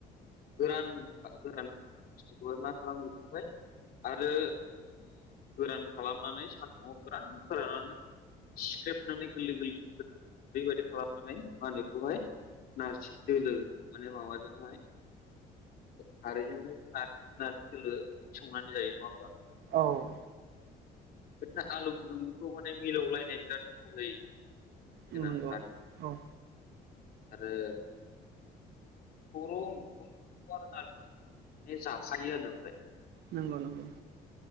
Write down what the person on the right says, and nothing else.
औ।
नंगौ
औ
नंगौ नंगौ।